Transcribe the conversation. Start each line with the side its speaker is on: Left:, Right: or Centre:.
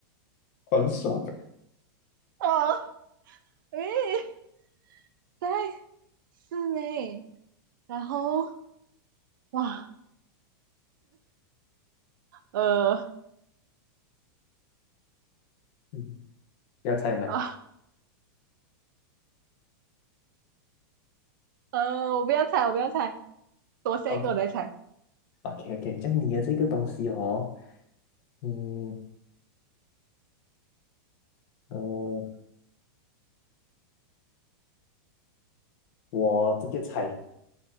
Left: 很爽。
Right: 哦，诶，在室内，然后哇，呃
Left: 嗯，要猜吗
Right: 啊呃，我不要猜，我不要猜，多下一个我再猜。
Left: o k o k o k 这样你的这个东西哦，嗯呃，我直接猜。